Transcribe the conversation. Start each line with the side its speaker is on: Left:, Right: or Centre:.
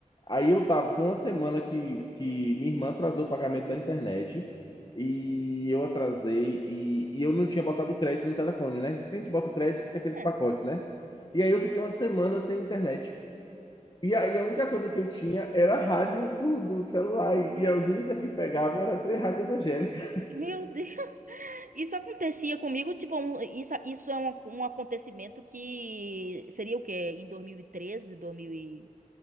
Left: Aí eu tava. Foi uma semana que, que minha irmã atrasou o pagamento da internet. E eu atrasei. E, e eu não tinha botado crédito no telefone, né? Porque a gente bota o crédito, fica aqueles
Right: É.
Left: pacotes, né? E aí eu fiquei uma semana sem internet. E aí a única
Right: Meu
Left: coisa
Right: Deus.
Left: que eu tinha era a rádio do, do celular. E,
Right: Meu
Left: e as únicas
Right: Deus.
Left: que pegavam eram três rádios evangélicas.
Right: Meu Deus, isso acontecia comigo, tipo, um- isso, isso é um, um acontecimento que seria o quê? Em 2013, 2019?